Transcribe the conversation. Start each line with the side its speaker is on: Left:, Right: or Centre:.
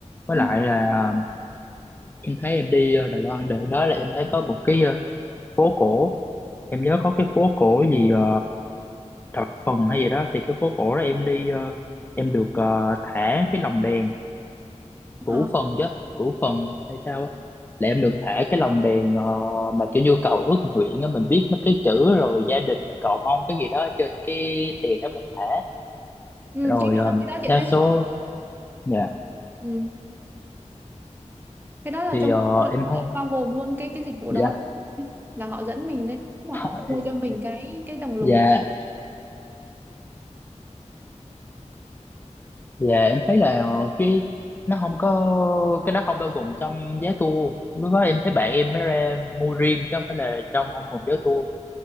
Left: với
Right: Ừ.
Left: lại là ờ, em thấy em đi ờ, Đài Loan được đó là em thấy có một cái ờ, phố cổ em nhớ có cái phố cổ gì ờ, thập phần hay gì đó thì cái phố cổ đó em đi ờ, em được ờ, thả cái lồng đèn củ
Right: Ờ,
Left: phần chứ củ phần hay sao á là em được thả cái lồng đèn ờ, mà kiểu như cầu ước nguyện á mình viết mấy cái chữ rồi gia đình mình cầu mong cái gì đó trên cái tiền đó mình thả
Right: Ừ,
Left: rồi
Right: cái
Left: ờ,
Right: đó cái đó chị
Left: đa
Right: thấy
Left: số dạ
Right: ừ. cái đó là
Left: thì
Right: trong
Left: ờ,
Right: đó là
Left: em thấy
Right: bao gồm luôn cái cái dịch vụ
Left: dạ
Right: đó là họ dẫn mình lên đó và
Left: <laughs>
Right: họ mua cho mình cái cái đồng lồng
Left: dạ
Right: đèn
Left: dạ em thấy là ờ, cái nó không có cái đó không bao gồm trong giá tour lúc đó em thấy bạn em mới ra mua riêng chứ không phải là trong không gồm giá tour